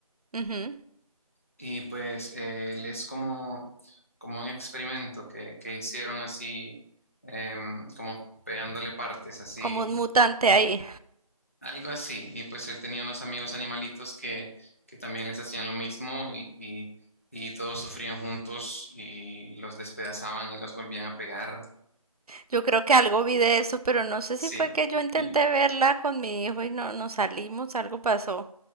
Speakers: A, on the right; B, on the left.
A: Ujú.
B: Y pues eh, él es como, como un experimento que, que hicieron así, em, como pegándole partes, así,
A: Como un mutante ahí.
B: algo así. Y pues él tenía unos amigos animalitos que, que también les hacían lo mismo y, y y todos sufrían juntos y los despedazaban y los volvían a pegar
A: Yo creo que algo vi de eso, pero no sé
B: Sí,
A: si fue que yo intenté
B: y,
A: verla con mi hijo y no nos salimos, algo pasó.